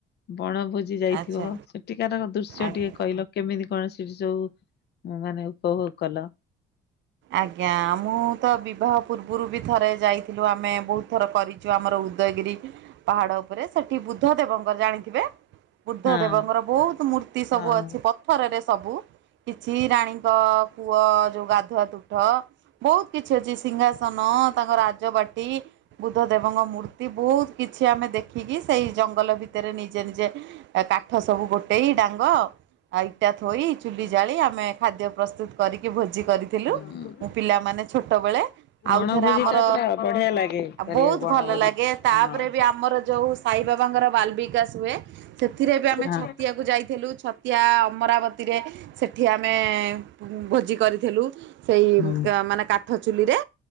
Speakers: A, on the left; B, on the right.
A: ବଣ ଭୋଜି ଯାଇଥିବ,
B: ଆଚ୍ଛା
A: ସେଠିକାର ଦୃଶ୍ୟ
B: ଆଜ୍ଞା।
A: ଟିକେ କହିଲ କେମିତି କଣ ସେଠି ସବୁ ମାନେ ଉପଭୋଗ କଲ।
B: ଆଜ୍ଞା ମୁଁ ତ ବି ବିବାହ ପୂର୍ବରୁ ବି ଥରେ ଯାଇଥିଲୁ ଆମେ ବହୁତ ଥର କରିଚୁ ଆମର ଉଦୟଗିରି ପାହାଡ଼ ଉପରେ। ସେ ସେଠି ବୁଦ୍ଧ ଦେବଙ୍କର ଜାଣିଥିବେ। ବୁଦ୍ଧ
A: ହଁ।
B: ଦେବଙ୍କର ବହୁତ ମୂର୍ତ୍ତି ସବୁ
A: ହଁ।
B: ଅଛି ପଥରରେ ସବୁ। କିଛି ରାଣୀ ଙ୍କ ପୁଅ ଗାଧୁଆ ତୁଠ ବହୁତ କିଛି ଅଛି ସିଂହାସନ ତାଙ୍କ ରାଜବାଟି ବୁଧ ଦେବ ଦେବଙ୍କ ମୂର୍ତ୍ତି ବହୁତ କିଛି ଆମେ ଦେଖିକି ସେଇ ଜଙ୍ଗଲ ଭିତ ଭିତରେ ନିଜେ ନିଜେ କାଠ ସବୁ ଗୋଟେଇ ଡାଙ୍ଗ ଆଉ ଇଟା ଥୋଇ ଚୁଲି ଜାଳି ଆମେ ଖାଦ୍ୟ ପ୍ରସ୍ତୁତ କରିକି ଭୋଜି କରିଥିଲୁ।
A: ହୁଁ,
B: ମୁଁ ପିଲାମାନେ ଛୋଟବେଳେ।
A: ବଣଭୋଜି
B: ଆଉଥରେ ଆମର,
A: ଟା ପୁରା ବଢିଆ ଲାଗେ
B: ଆ
A: କରିବାକୁ
B: ବହୁତ
A: ବଣଭୋଜି
B: ଭଲ ଲାଗେ ତାପରେ
A: ହଁ।
B: ବି ଆମର ଯୋଉ ସାଇ ବାବାଙ୍କର ବାଲ ବିକାଶ ହୁଏ, ସେଥିରେ ବି ଆମେ
A: ହଁ।
B: ଛତିଆକୁ ଯାଇଥିଲୁ ଛତିଆ ଅମରାବତରେ ସେ ଠି ଆମେ ଭୋଜି କରିଥିଲୁ ସେଇ
A: ହୁଁ
B: ମାନେ କାଠ ଚୁଲିରେ।